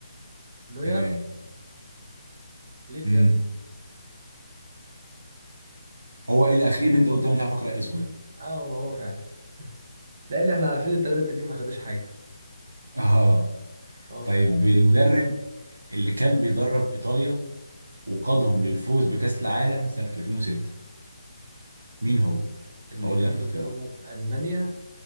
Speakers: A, on the right; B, on the right.
A: انه
B: تمام
A: يعرف ليه
B: امم
A: يعني
B: هو ايه الاخير اللي انت قلت انا مش عارف اقرا اسمه ده
A: اه هو هو فعلا لان احنا عارفين الثلاثه التانيين ما خدوش حاجه
B: <laughs> اه
A: اه
B: طيب
A: فعلا
B: المدرب اللي كان بيدرب ايطاليا وقادهم للفوز بكاس العالم سنة 2006 مين هو
A: اللي
B: هقول
A: كان
B: لك اختيارات
A: بيدرب المانيا